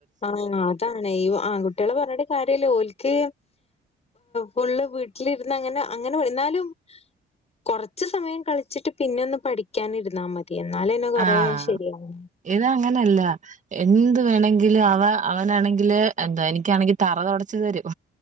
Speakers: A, on the left; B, on the right.
A: ആഹ് അതാണ് ഈ ആ കുട്ടികളെ പറഞ്ഞട്ടേ കാര്യല്ലേ ഓൽക്ക് ഫുള്ള് വീട്ടിലിരുന്ന് അങ്ങനെ അങ്ങനെ എന്നാലും കൊറച്ച്സമയം കളിച്ചിട്ട് പിന്ന ഒന്ന് പഠിക്കാന ഇരുന്നാ മതി എന്നാല എന്നെ കൊറെശരിയാവു
B: ആഹ് ഇത് അങ്ങനെയല്ല എന്ത് വേണങ്കിലും അവ അവനാണെങ്കില് എന്താ എനിക്കാണെങ്കിൽ തറ തൊടച്ച് തരും